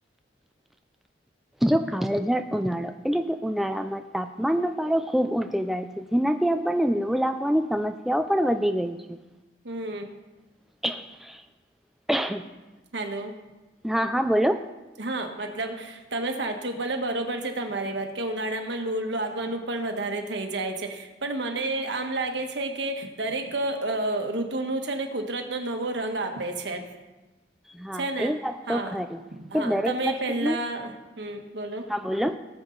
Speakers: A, in the centre; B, on the right (about 70°).
A: જો કાળઝળ ઉનાળો એટલે કે ઉનાળામાં તાપમાનનો પારો ખુબ ઊંચે જાય છે જેનાથી આપણને લો લાગવાની સમસ્યાઓ પણ વધી ગઈ છે.
B: હમ.
A: <inaudible>
B: હલો.
A: હા હા બોલો.
B: હા મતલબ તમે સાચું ભલે બરોબર છે તમારી વાત કે ઉનાળામાં લૂર લાગવાનું પણ વધારે થઈ જાય છે પણ મને આમ લાગે છે કે દરેક ઋતુનું છે ને કુદરતનો નવો રંગ આપે છે.
A: હા
B: છે ને
A: એ વાત
B: હા
A: તો ખરી. કે
B: હા
A: દરેક
B: તમે
A: વસ્તુનું
B: પેલા હમ બોલો
A: હા બોલો